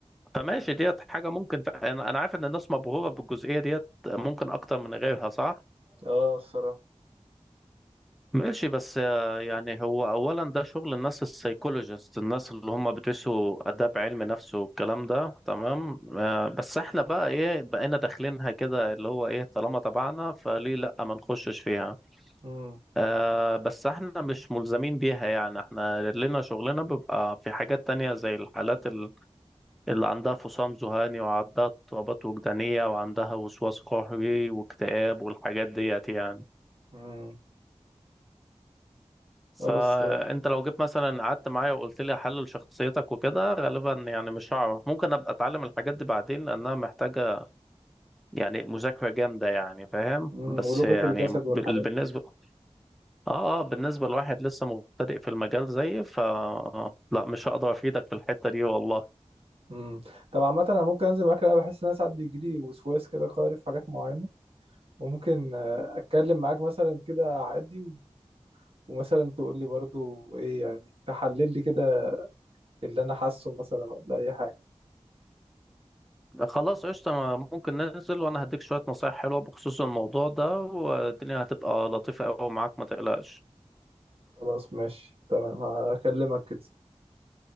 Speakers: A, in the centre; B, on the right.
A: فماشي ديت حاجه ممكن ف... انا أنا عارف ان الناس مبهوره بالجزئيه ديت ممكن اكتر من غيرها صح
B: اه الصراحه
A: ماشي بس آه، يعني هو اولا ده شغل الناس السايكولوجيست الناس اللي هم بيدرسوا اداب علم نفس والكلام ده تمام آه، بس احنا بقى ايه بقينا داخلينها كده اللي هو ايه طالما تبعنا فليه لا ما نخشش فيها
B: امم
A: آه بس احنا مش ملزمين بيها يعني احنا لنا شغلنا بيبقى في حاجات تانية زي الحالات اللي عندها فصام ذهاني وعندها اضطرابات وجدانية وعندها وسواس قهري واكتئاب والحاجات ديت يعني
B: امم
A: فانت
B: آه بس
A: لو جيت مثلا قعدت معايا وقلت لي احلل شخصيتك وكده غالبا يعني مش هعرف ممكن ابقى اتعلم الحاجات دي بعدين لانها محتاجة يعني مذاكرة جامدة يعني فاهم
B: امم
A: بس
B: ولغه
A: يعني
B: الجسد والحاجات
A: بال- بالنسبة
B: دي
A: اه اه بالنسبة لواحد لسه مبتدئ في المجال زيي ف لا مش هقدر افيدك في الحتة دي والله
B: امم طب عامه انا ممكن انزل معاك انا بحس ان انا ساعات بيجي لي وسواس كده قهري في حاجات معينه وممكن آه، اتكلم معاك مثلا كده عادي و- ومثلا تقول لي برضو ايه يعني تحلل لي كده اللي انا حاسه مثلا ولا اي حاجه
A: خلاص قشطة ما- ممكن ننزل وأنا هديك شوية نصايح حلوة بخصوص الموضوع ده والدنيا هتبقى لطيفة أوي معاك ما تقلقش
B: خلاص ماشي تمام هكلمك كده